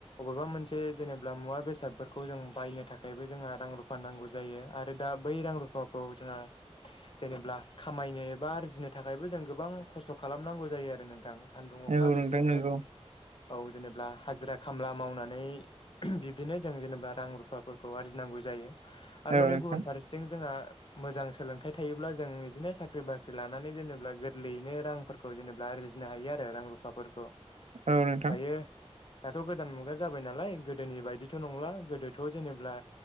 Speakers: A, on the left (about 50°); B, on the right (about 85°).
A: बबेबा मोनसे जेनेबा मुवा बेसादफोरखौ जों बायनो थाखायबो जोंहा रां रुफा नांगौ जायो आरो दा बै रां रुफाखौ जोंहा जेनेब्ला खामायनो एबा आरजिनो थाखायबो जों गोबां खस्थ' खालामनांगौ जायो आरो नोंथां सान्दुं अखा
B: औ
A: बिब्दिनो
B: नोंथां नंगौ
A: औ जेनेबा हाजिरा खामला मावनानै बिब्दिनो जों जेनेबा रां रुफाफोरखौ आरजिनांगौ जायो। आरो
B: औ
A: माने
B: नोंथां
A: गुबुन फारसेथिं जोंहा मोजां सोलोंथाइ थायोब्ला जों बिदिनो साख्रि बाख्रि लानानै जेनेबा गोरलैयैनो रांफोरखौ जेनेबा आरजिनो हायो आरो रां रुफाफोरखौ
B: औ नोंथां
A: दायो दाथ' गोदान मुगा जाबाय नालाय गोदोनि बायदिथ' नंला गोदोथ' जेनेब्ला